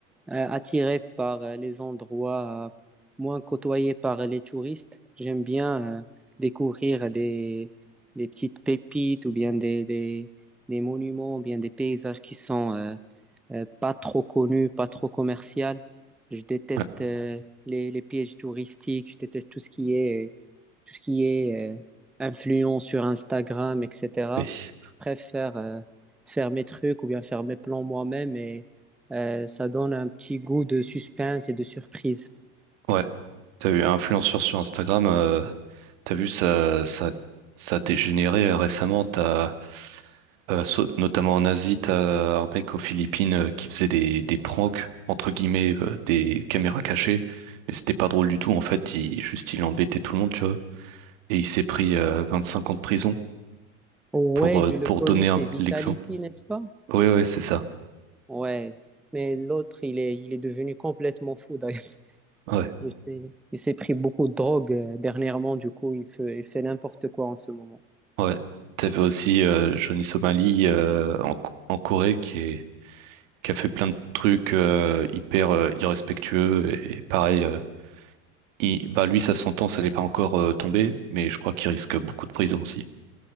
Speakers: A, in the centre; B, on the right (about 70°).
A: euh, attirée par euh, les endroits euh, moins côtoyés par les touristes. J'aime bien euh, découvrir des, des petites pépites ou bien des, des, des monuments ou bien des paysages qui sont euh, euh, pas trop connu, pas trop commercial. Je déteste
B: Ouais,
A: euh, les, les pièges touristiques, je déteste tout ce qui est, euh, tout ce qui est euh, influent sur Instagram, etc.
B: oui.
A: Je préfère euh, faire mes trucs ou bien faire mes plans moi-même et euh, ça donne un petit goût de suspense et de surprise.
B: Ouais. T'as vu, influenceur sur Instagram, euh, t'as vu, ça, ça, ça a dégénéré euh, récemment. T'as, Euh, so- notamment en Asie, t'as un mec aux Philippines euh, qui faisait des, des pranks, entre guillemets, euh, des caméras cachées. Mais c'était pas drôle du tout, en fait. Il, juste, il embêtait tout le monde, tu vois. Et il s'est pris euh, 25 ans de prison
A: Ouais,
B: pour, euh,
A: je le
B: pour
A: connais,
B: donner
A: c'est
B: un-
A: Vitality,
B: l'exemple.
A: n'est-ce pas?
B: Oui, ouais, ouais, c'est ça.
A: Ouais, mais l'autre, il est, il est devenu complètement fou d'ailleurs.
B: Ouais,
A: Il s'est, il s'est pris beaucoup de drogue euh, dernièrement, du coup, il fait, il fait n'importe quoi en ce moment.
B: ouais. T'avais aussi euh, Johnny Somali euh, en, en Corée qui est, qui a fait plein de trucs euh, hyper euh, irrespectueux. Et, et pareil, euh, il- bah, lui, sa sentence, elle est pas encore euh, tombée, mais je crois qu'il risque beaucoup de prison aussi.